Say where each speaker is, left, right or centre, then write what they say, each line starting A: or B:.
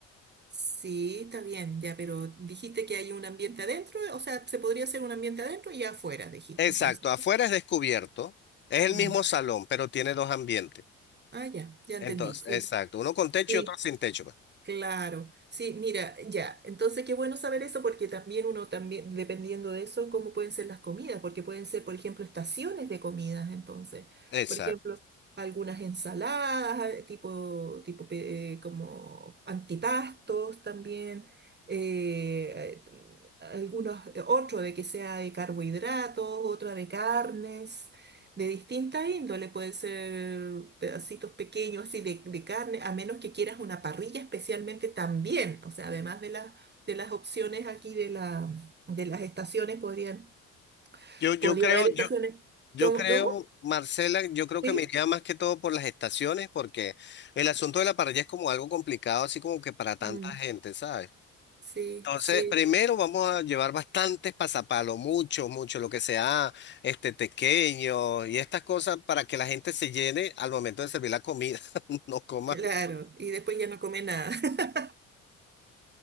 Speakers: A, on the right; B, on the left.
A: Sí, está bien, ya, pero dijiste que hay un ambiente adentro, o sea, se podría hacer un ambiente adentro y afuera, dijiste
B: Exacto,
A: entonces.
B: afuera es descubierto, es el
A: Mm.
B: mismo salón, pero tiene dos ambientes.
A: Ah, ya, ya entendí,
B: Entonces,
A: sí.
B: exacto, uno con techo
A: Sí,
B: y otro sin techo. pues.
A: Claro, sí, mira, ya. Entonces, qué bueno saber eso porque también uno también, dependiendo de eso, cómo pueden ser las comidas, porque pueden ser, por ejemplo, estaciones de comidas, entonces.
B: Exacto.
A: Por ejemplo, algunas ensaladas, eh, tipo, tipo pe- eh, como antipastos también, eh, eh, algunos, eh, otro de que sea de carbohidratos, otra de carnes. De distinta índole, pueden ser pedacitos pequeños así de, de carne, a menos que quieras una parrilla especialmente también. O sea, además de, las de las opciones aquí de, la, de las estaciones, podrían,
B: Yo, yo
A: podría
B: creo,
A: haber
B: yo,
A: estaciones.
B: yo
A: ¿Cómo?
B: creo,
A: ¿Cómo?
B: Marcela, yo creo
A: ¿Sí?
B: que me iría más que todo por las estaciones, porque el asunto de la parrilla es como algo complicado, así como que para tanta
A: Mm,
B: gente, ¿sabes?
A: sí,
B: Entonces,
A: sí,
B: primero vamos a llevar bastantes pasapalos, mucho, mucho, lo que sea, este tequeño y estas cosas para que la gente se llene al momento de servir la comida, <laughs> no coma.
A: claro. Y después ya no come nada. <laughs>